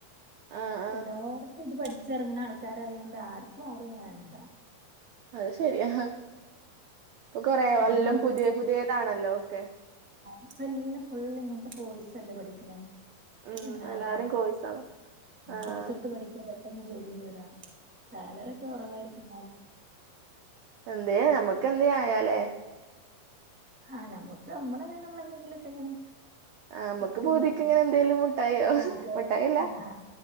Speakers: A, on the right; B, in the centre.
A: ആ ആ
B: എല്ലായിടത്തും ഇതു പഠിപ്പിക്കുകയാണ് അതിനു ചേരുന്ന ആൾക്കാരായോണ്ട് ആർക്കു ആരെയും വേണ്ട.
A: അത് ശരിയാ. ഇപ്പൊ കൊറെ എല്ലാതും
B: ഇനി നമ്മളത്
A: പുതിയ പുതിയതാണല്ലോ ഒക്കെ.
B: അപ്പോ എല്ലാം ഫുൾ ഇങ്ങനത്തെ കോയ്സല്ലേ പഠിക്കുന്നെ
A: ഉം
B: ഇങ്ങനെ ആറുമാസം
A: എല്ലാരും കോഴ്സാ ആഹ്
B: കോയ്സടുത്ത് പഠിക്കുന്നത് പെട്ടന്ന് ജോലിയിൽ കേറാം സാലറിയൊക്കെ കുറവായിരിക്കും
A: എന്തെ നമ്മുക്ക് എന്തെങ്കിലും ആയാലെ
B: ആഹ നമ്മുക്ക് നമ്മളതിന്നുള്ള എന്തെങ്കിലൊക്കെങ്ങനെ.
A: ആഹ് നമ്മക്ക്
B: കിട്ടുന്നല്ലോ.
A: പൂതിക്ക് ഇങ്ങനെ എന്തേലും മുട്ടായോ
B: അതെ
A: മുട്ടായില്ല
B: ആഹ